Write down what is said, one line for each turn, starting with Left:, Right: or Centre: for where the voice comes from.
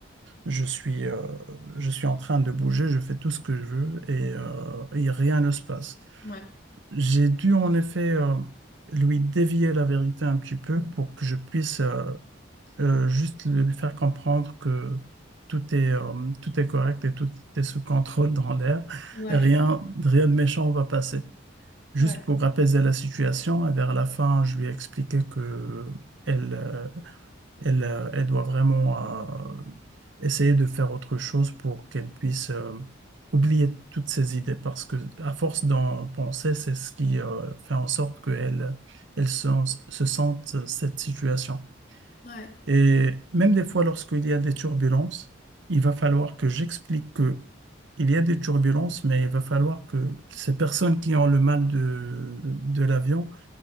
Right: je suis, euh, je suis en train de bouger, je fais tout ce que je veux et, euh, et rien ne se passe.
Left: ouais,
Right: J'ai dû en effet euh, lui dévier la vérité un petit peu pour que je puisse euh, euh, juste lui faire comprendre que tout est, euh, tout est correct et tout est sous contrôle dans l'air.
Left: ouais,
Right: Rien, rien de méchant va passer. Juste
Left: ouais,
Right: pour apaiser la situation, et vers la fin, je lui ai expliqué que elle, euh, elle, euh, elle doit vraiment euh, essayer de faire autre chose pour qu'elle puisse euh, oublier toutes ses idées, parce que à force d'en penser, c'est ce qui euh, fait en sorte qu'elle, elle elle se, se sente cette situation.
Left: ouais,
Right: Et même des fois, lorsqu'il y a des turbulences, il va falloir que j'explique que il y a des turbulences, mais il va falloir que ces personnes qui ont le mal de, de l'avion,